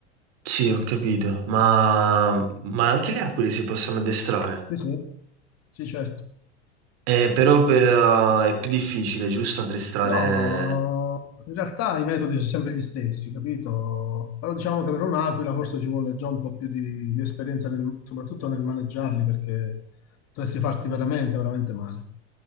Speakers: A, on the right (about 60°); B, on the left (about 45°).
A: Sì, ho capito, ma, ma anche le aquile si possono addestrare.
B: Sì, sì, sì, certo.
A: Eh, però per, eh, è più difficile, giusto, addestrare...
B: No, in realtà i metodi sono sempre gli stessi, capito? Però diciamo che per un'aquila forse ci vuole già un po' più di, di esperienza, nel- soprattutto nel maneggiarli, perché potresti farti veramente, veramente male.